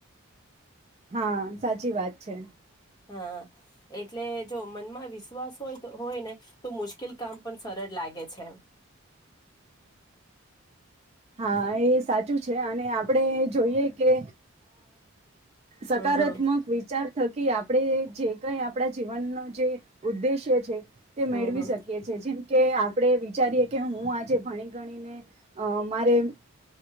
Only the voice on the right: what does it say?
હા સાચી વાત છે.
હા એ સાચ. છે અને આપણે જોઈએ કે સકારાત્મક
વિચાર થકી આપણે જે કંઈ આપણા જીવનનો જે ઉદ્દેશ્ય છે. તે મેળવી
શકીએ છે જેમકે આપણે વિચારીએ કે હું આજે ભણી ગણીને અમ. મારે